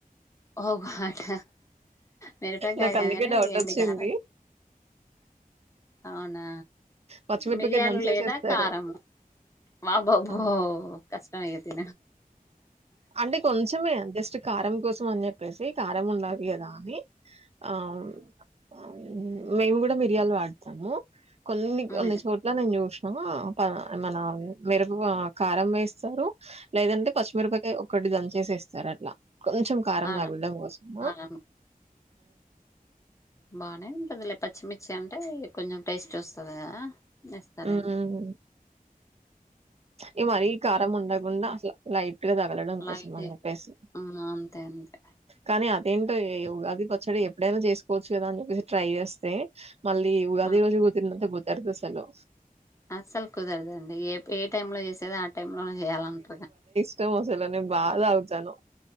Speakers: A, on the left; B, on the right.
A: ఓ మ ట మిరపకాయ
B: నాకు
A: కదు
B: అందుకే
A: కానీ
B: డౌట్
A: ఎండు
B: వచ్చింది
A: కరం అవునా
B: పచ్చిమిరపకాయ
A: మిరీయాలు
B: దంచేసేస్తారు
A: లేదా కారము వబబ్బో
B: ఆ!
A: కష్టంమే ఇగ తి
B: అంటే కొంచెమే జస్ట్ కారం కోసం అని చెప్పేసి కారం ఉండది కదా అని ఆ అవును మేము కూడా మిరియాలు వాడతాము కొన్ని కొన్ని
A: మీరు
B: చోట్ల నేను చూసా మన మిరుపు కారం వేస్తారు లేదంటే పచ్చి మిరపకాయ్ ఒకటి దంచేసేస్తారు అట్లా కొంచెం కారం
A: ఆలా
B: తగలడం కోసము
A: ఆలా బానే ఉంటదిలే ప పచ్చిమిర్చి అంటే కొంచెం టేస్ట్ వస్తది కదా ఎస్తారేమో
B: ఉమ్ ఉమ్ ఈ మరీ కారం ఉండకుండా అట్లా లైట్ పట్టుగా తగలడం
A: లైట్
B: కోసం అని చెప్పేసి
A: ఉమ్, అంతే అంతే
B: కానీ ఏంటో ఉగాది పచ్చడి ఎప్పుడైనా చేసుకోవచ్చు కదా అండి మీరు ట్రై చేస్తే మళ్ళీ ఉగాది
A: ఆ,
B: రోజు కు <unintelligible> పోతారు అసలు
A: అస్సలు కుదరదండి ఏ ఏ టైమ్ లో చేసేది ఆ టై లోనే చేయాలంటారు క
B: ఇస్తాం అసలు నేను బాగా తాగుతాను